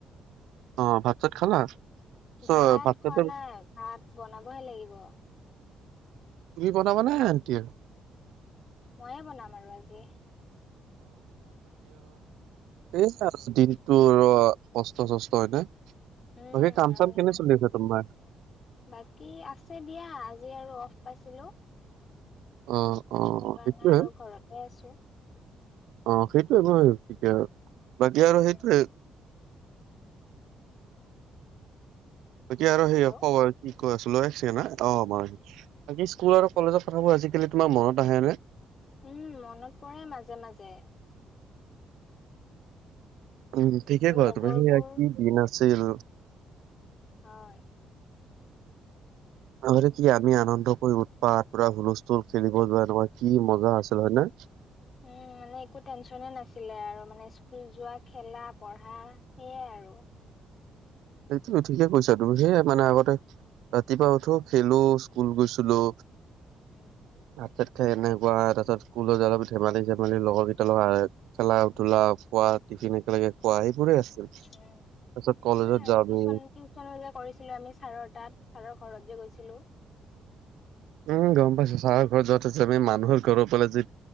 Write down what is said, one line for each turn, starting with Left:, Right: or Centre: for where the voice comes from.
Right: অ', ভাত চাত খালা? চ
Left: ভাত খোৱা
Right: চাত
Left: নাই ভাত বনাবহে লাগিব।
Right: তুমি বনাবানে আনটিয়ে?
Left: ময়ে বনাম আৰু আজি।
Right: এ দিনটো আৰু কষ্ট চষ্ট হয়নে।
Left: উম,
Right: বাকী কাম চাম
Left: আৰু
Right: কেনে
Left: ইমান
Right: চলি আছে তোমাৰ?
Left: বাকী আছে দিয়া আজি আজি আৰু অফ পাইছিলো।
Right: অ', অ',
Left: ত' সেইকাৰণে
Right: সেইটোয়ে।
Left: আৰু ঘৰতে আছো
Right: অ', সেইটোয়ে বাৰু থিকে আৰু বাকী আৰু
Left: উম
Right: সেইটোৱে। বাকি আৰু সেই
Left: হেল্ল'
Right: খবৰ কি ক আছ? <unintelligible> অ', বাকি স্কুল আৰু কলেজৰ কথাবোৰ আজিকালি তোমাৰ মনত আহেনে?
Left: উম, মনত পৰে মাজে মাজে।
Right: উম, ঠিকেই ক'লা
Left: লগৰবোৰ
Right: তুমি সেয়া কি দিন আছিল।
Left: হয়।
Right: আগতে কি আমি আনন্দ কৰি উতপাত পুৰা হুলস্থুল খেলিব যোৱা এনেকুৱা কি মজা আছিল হয় নে?
Left: উম মানে একো টেনচনে নাছিলে আৰু মানে স্কুল যোৱা খেলা পঢ়া সেইয়ায়ে আৰু।
Right: সেইটো ঠিকে কৈছা তুমি সেয়াই মানে আগতে ৰাতিপুৱা উঠো খেলো স্কুল গৈছিলো।
Left: উম।
Right: ভাত চাত এনেকুৱা তাৰ পাছত স্কুলত যায় ধেমালি চেমালি লগৰ কেইটাৰ লগত আহ খেলা ধূলা খোৱা দিন একেলগে খোৱা সেিবোৰেই আছিল। তাৰ
Left: উম
Right: পিছত
Left: সেইবোৰে
Right: কলেজত
Left: আৰু
Right: যাওঁ
Left: টিউচন
Right: আমি
Left: টিউচন যে কৰিছিলো আমি ছাৰৰ তাত ছাৰৰ ঘৰত যে গৈছিলো।
Right: উম, গম পাইছো চাৰৰ ঘৰ য'ত আছে আমি মানুহৰ ঘৰৰ ফালে যে